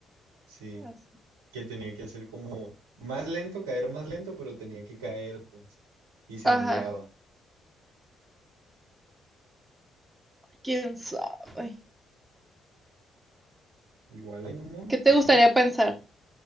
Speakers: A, on the right; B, on the right.
A: sí.
B: así.
A: Que tenía que hacer como más lento, caer más lento, pero tenía que caer, pues. Y se
B: Ajá,
A: ondeaba.
B: quién sabe.
A: Igual hay un montón.
B: ¿Qué te gustaría pensar?